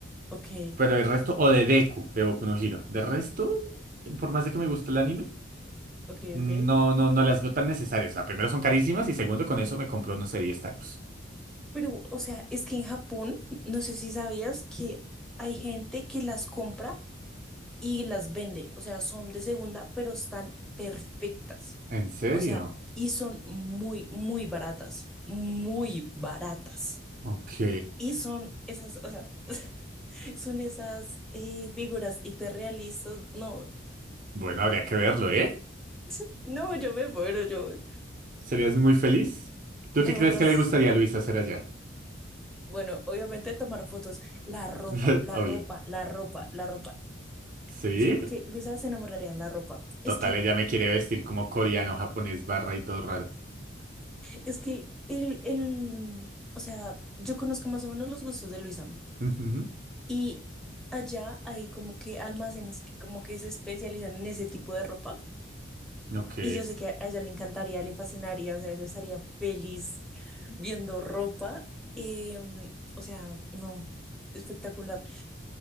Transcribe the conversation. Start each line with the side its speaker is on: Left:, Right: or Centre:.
Centre: Ok,
Right: Pero el resto, o de Deku, de Boku no Hero. De resto, por más de que me guste el anime,
Centre: ok,
Right: no,
Centre: ok.
Right: no, no las veo tan necesarias. O sea, primero son carísimas y segundo, con eso me compro, no sé, diez tacos.
Centre: Pero, o sea, es que en Japón, no sé si sabías que hay gente que las compra y las vende. O sea, son de segunda, pero están perfectas.
Right: ¿En serio?
Centre: O sea, y son muy, muy baratas, muy baratas.
Right: Ok.
Centre: Y son esas, o sea. <laughs> Son esas eh, figuras hiperrealistas. No,
Right: Bueno, habría que verlo, ¿eh?
Centre: <laughs> no, yo me muero, yo.
Right: ¿Serías muy feliz? ¿Tú
Centre: La
Right: qué crees
Centre: verdad
Right: que
Centre: es,
Right: le gustaría a Luis hacer allá?
Centre: bueno, obviamente tomar fotos, la ropa,
Right: <laughs>
Centre: la
Right: Obvio.
Centre: ropa, la ropa, la ropa.
Right: ¿Sí?
Centre: Digo que Luisa se enamoraría de la ropa.
Right: Total,
Centre: Es que,
Right: ella me quiere vestir como coreano, japonés, barra y todo raro.
Centre: es que el, el, o sea, yo conozco más o menos los gustos de Luisa
Right: Ujú,
Centre: y allá hay como que almacenes que como que se especializan en ese tipo de ropa
Right: Ok.
Centre: y yo sé que a ella le encantaría, le fascinaría, o sea, ella estaría feliz. viendo ropa. em, o sea, no, espectacular.